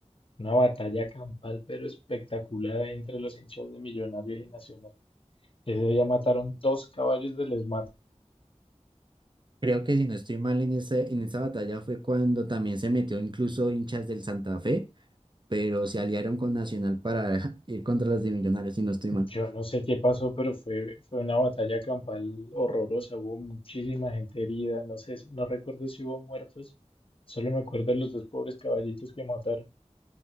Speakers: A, on the left; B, on the right.
A: una batalla campal, pero espectacular ahí entre los hinchas de Millonarios y Nacional. Ese día mataron dos caballos del ESMAD.
B: creo que si no estoy mal en esa, en esa batalla fue cuando también se metió incluso hinchas del Santa Fe, pero se aliaron con Nacional para <laughs> ir contra las de Millonarios, si no estoy mal.
A: Yo no sé qué pasó, pero fue, fue una batalla campal horrorosa. Hubo muchísima gente herida, no sé, si- no recuerdo si hubo muertos. Solo me acuerdo de los dos pobres caballitos que mataron.